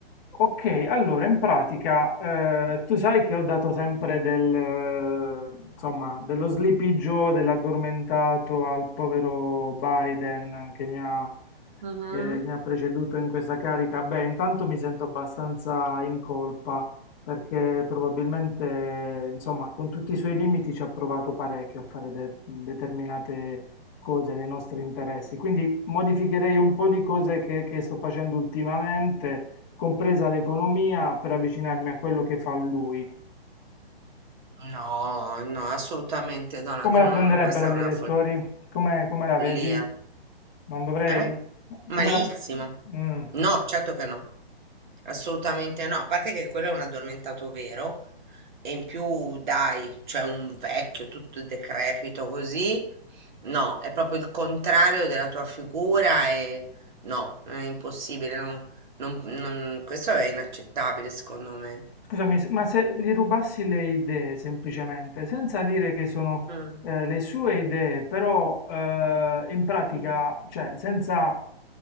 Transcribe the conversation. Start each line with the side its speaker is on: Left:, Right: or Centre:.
Left: Ok, allora in pratica eh, tu sai che ho dato sempre del, eh, insomma, dello Sleepy Joe, dell'addormentato al povero Biden che mi ha,
Right: Mhm.
Left: eh, mi ha preceduto in questa carica. Beh, intanto mi sento abbastanza in colpa perché probabilmente, insomma, con tutti i suoi limiti ci ha provato parecchio a fare de- determinate cose nei nostri interessi. Quindi modificherei un po' di cose che che sto facendo ultimamente compresa l'economia, per avvicinarmi a quello che fa lui.
Right: No, no, assolutamente, Donald,
Left: Come
Right: no,
Left: la prenderebbero
Right: no, questa è
Left: gli
Right: una
Left: elettori? Come, come la
Right: follia,
Left: vedi? Non dovrei?
Right: eh?
Left: Come
Right: Malissimo.
Left: la... Mm.
Right: No, certo che no. Assolutamente no, a parte che quello è un addormentato vero e in più dai, cioè un vecchio tutto decrepito così, no, è proprio il contrario della tua figura e no, è impossibile, non- non- non- questo è inaccettabile secondo me.
Left: Scusami, s- ma se gli rubassi le idee semplicemente, senza dire che sono
Right: Mm,
Left: eh, le sue idee, però eh, in pratica,
Right: mm,
Left: cioè senza